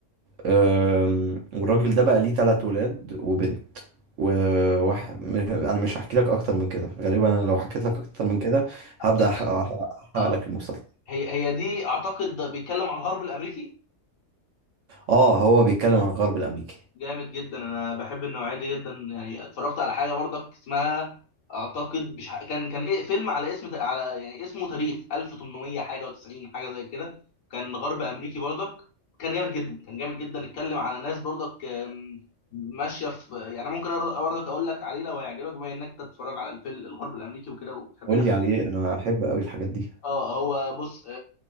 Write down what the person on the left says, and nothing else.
هتحرق
اه
هي هي دي اعتقد بيتكلم على الغرب الامريكي
جامد جدا انا بحب النوعيه دي جدا يعني اتفرجت على حاجه برضك اسمها اعتقد مش ح- كان كان ايه فيلم على اسم ت- على يعني اسمه تاريخ 1800 حاجه و90 حاجه زي كده كان غرب امريكي برضك كان جامد جدا كان جامد جدا اتكلم على ناس برضك آم، ماشيه في يعني أنا ممكن أر- برضك اقول لك عليه لو هيعجبك بما انك تتفرج على الفيلم الغرب الامريكي وكده وبتحب
الحاجات
اه هو بص آه